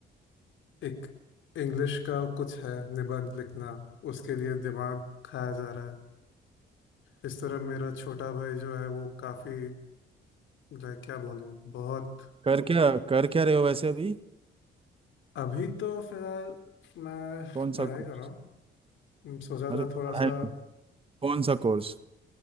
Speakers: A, on the left; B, on the right.
A: एक इंग्लिश का कुछ है निबंध लिखना उसके लिए दिमाग खाया जा रहा है इस तरह मेरा छोटा भाई जो है वो काफी लाइक क्या बोलूं बहुत
B: कर क्या कर क्या रहे हो वैसे अभी
A: अभी तो फिलहाल मैं
B: कौन
A: पढ़ाई
B: सा कोर्स
A: कर रहा हूँ हम्म, सोचा
B: अरे
A: था
B: पढ़ाई
A: थोड़ा सा
B: तो। कौन सा कोर्स